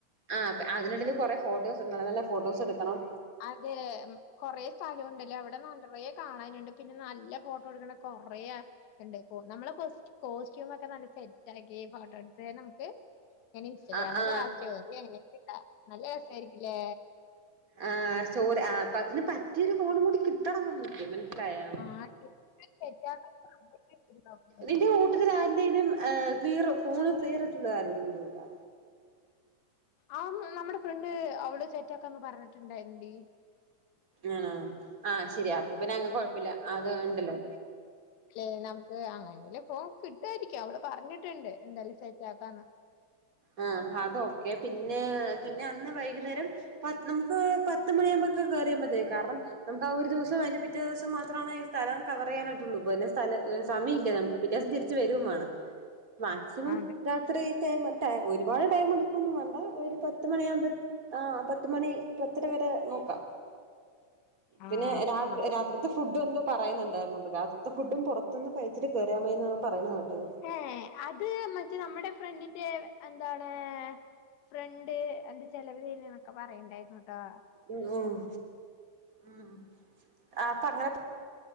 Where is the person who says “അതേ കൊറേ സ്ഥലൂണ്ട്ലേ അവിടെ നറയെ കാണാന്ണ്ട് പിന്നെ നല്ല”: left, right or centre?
Left